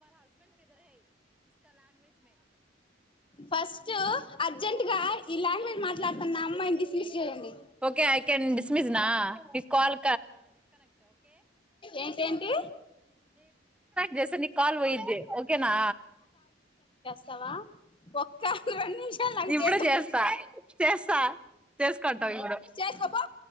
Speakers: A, on the left (about 30°); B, in the centre.
A: ఫస్ట్ అర్జెంట్ గా ఈ లాంగ్వేజ్ మాట్లాడుతున్న అమ్మాయిని డిస్మిస్ చేయండి.
B: ఓకే ఐ కెన్ డిస్మిస్ నా నీ కాల్
A: ఏంటి ఏంటి
B: చేస్తా నీ కాల్ పోయిద్ది ఓకేనా
A: స్తవా ఒక్క రెండు నిమిషాలు ఆగు
B: ఇప్పుడు
A: చేత
B: చేస్తా చేస్తా చేసుకుంటాం ఇప్పుడు
A: చేసుకో పో